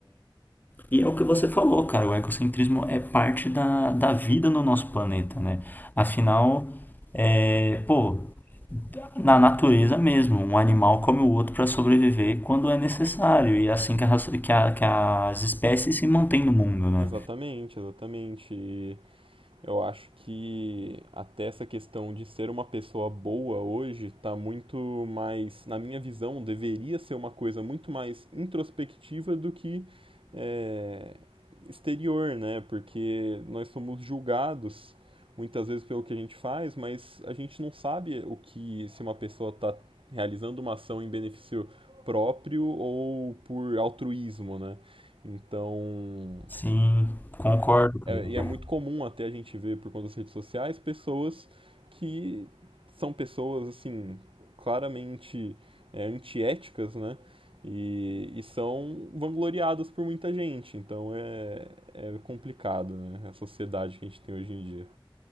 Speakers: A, on the left; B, on the right.
A: E é o que você falou, cara, o egocentrismo é parte da, da vida no nosso planeta, né? Afinal, é, pô, na natureza mesmo, um animal come o outro para sobreviver quando é necessário, e é assim que, a raça- que a- que as espécies se mantêm no mundo, né?
B: exatamente, exatamente. E Eu acho que até essa questão de ser uma pessoa boa hoje está muito mais, na minha visão, deveria ser uma coisa muito mais introspectiva do que é, exterior, né? Porque nós somos julgados muitas vezes pelo que a gente faz, mas a gente não sabe o que se uma pessoa está realizando uma ação em benefício próprio ou por altruísmo, né? Então,
A: Sim, concordo.
B: e
A: cara.
B: é muito comum até a gente ver por conta das redes sociais pessoas que são pessoas assim claramente é, antiéticas, né? E, e são vangloriadas por muita gente. Então é, é complicado, né? A sociedade que a gente tem hoje em dia.